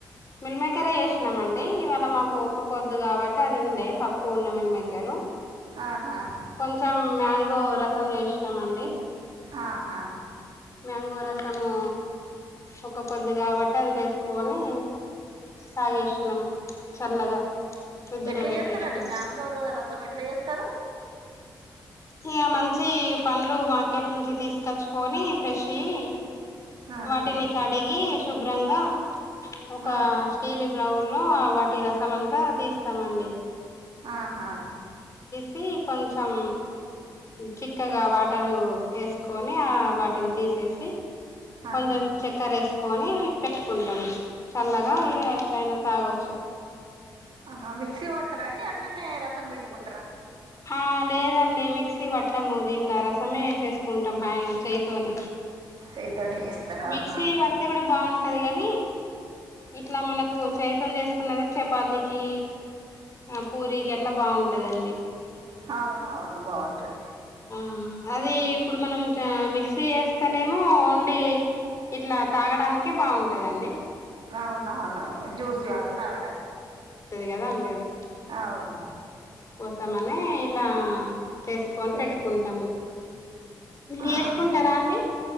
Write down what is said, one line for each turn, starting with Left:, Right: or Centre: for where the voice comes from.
Left: మిల్మేకరి ఏషినామండి ఇవాళ మాకు ఒక్కపోద్దు గాబట్టి అది ఉండే పప్పు ఉన్న మిల్మ కరు
Right: ఆహా
Left: కొంచెం మ్యాంగో రసం జేషినాం అండి
Right: ఆహ
Left: మ్యాంగో రసము ఒక్క పొద్దు గాబట్టి అది చేసుకొని తాగేసిణం చల్లగా ఫ్రిజ్జులో
Right: ఎట్లా
Left: బెట్టేస్నం
Right: చేస్తారండి మ్యాంగోరు రసం ఎట్లా చేస్తారు
Left: ఇగ మంచి పండ్లు మార్కెట్ నుంచి తీసుకచ్చుకొని ఫ్రెష్షువి
Right: ఆహా
Left: వాటిని కడిగి శుభ్రంగా ఒక
Right: ఆహా
Left: స్టీలీ బ్లౌల్లో వాటి రసం అంతా తీస్తామండి
Right: ఆహా
Left: తీసి కొంచెం చిక్కగా వా టరు ఏసుకొని ఆ వాటిని తీసేసి కొంయ
Right: ఆహా
Left: చక్కెర ఏసుకొని పెట్టుకుంటామ్ చల్లగా
Right: ఆ
Left: అయ్యి ఎప్పుడైనా తాగొచ్చు
Right: ఆహా మిక్సీ వడతారా అండి అట్లనే రసం పిండుకుంటార
Left: హా లేదండి మిక్సీ వట్టము దీంట్లో రసమే చేసుకుంటాం హాయన చేయితోనే
Right: చేయితోటి చేస్తారా
Left: మిక్సీ
Right: ఆహా
Left: వడితే గుడా బాన్ టది గని ఇట్లా మనకు చెయ్యితోనే చేసుకున్నది చపాతికి ఆ పూరికి అట్లా బాంటదండి
Right: అవును అవును బాగుంటది
Left: ఆ అది ఇప్పుడు మనం జ మిక్స్ క్సీ ఎస్తేనేమో ఓన్లీ ఇట్లా తాగడానికే బావుంటదండి
Right: అవునవును జ్యూస్ లాగా తాగడానికి
Left: గదా అండి అది
Right: అవును
Left: <unintelligible> మనే ఇలా చేసుకొని
Right: సే
Left: పెట్టుకుంటాము మీరు
Right: ఆహా
Left: చేసుకుంటారా అండి